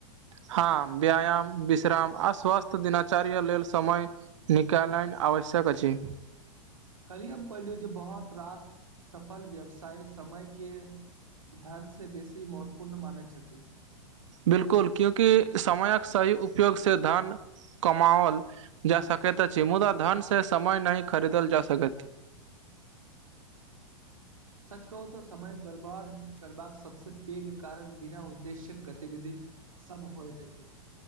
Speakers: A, on the right; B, on the right.
A: हँ व्यायाम विश्राम आ स्वस्थ दिनाचार्या लेल समय निकालन आवश्यक अछि
B: कल्ही हम पढ़लि जे बहुत रास सफल व्यवसाय समय के धर्म से बेसी महत्वपूर्ण मानै छथिन
A: बिलकुल क्यूकि समयक सही उपयोग से धन कमाओल जा सकति अछि मुदा धन से समय नहि खरीदल जा सकति
B: सच कहू तऽ समय बर्बाद करबाक सबस पैघ कारण बिना उद्देश्यक गतिविधि सब होइत अछि